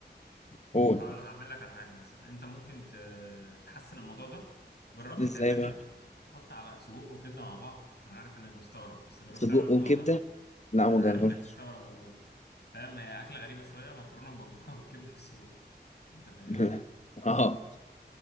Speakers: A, on the left; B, on the left.
A: قول
B: هحاول هعمل لك على حاجه مثلا انت ممكن ت- تحسن الموضوع ده جربت
A: ازاي
B: تعملها
A: بقى
B: ت- تحط على سجق وكبده مع بعض انا عارف انك مستغرب بس جربت
A: سجق
B: تعمل الموضوع
A: وكبده
B: ده
A: لا
B: انا
A: ما جربت
B: عارف انك مستغرب والله فاهم هي أكلة غريبة شوية مكرونة مبكبكة بالكبدة بالسجق أنت فاهمني؟
A: <laughs> اه